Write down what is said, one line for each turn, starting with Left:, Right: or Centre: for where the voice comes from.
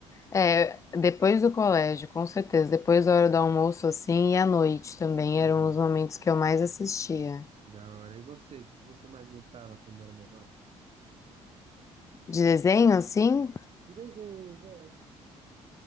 Left: É, depois do colégio, com certeza. Depois da hora do almoço, assim, e à noite também
Right: Uhum.
Left: eram os momentos que eu mais assistia.
Right: Da hora. E você, o que que você mais gostava quando era menor?
Left: De desenho, assim,
Right: De desenhos, é.